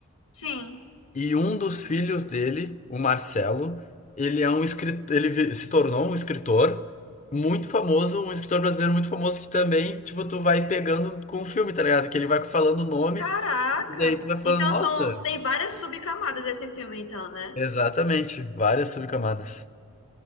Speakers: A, on the left (about 60°); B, on the left (about 30°).
A: Sim.
B: E um dos filhos dele, o Marcelo, ele é um escritor, ele vi- se tornou um escritor muito famoso, um escritor brasileiro muito famoso que também, tipo, tu vai pegando com o filme, tá ligado? Que ele vai falando o nome
A: Caraca!
B: e daí tu vai falando,
A: Então
B: nossa,
A: são, tem várias subcamadas esse filme, então, né?
B: exatamente, várias subcamadas.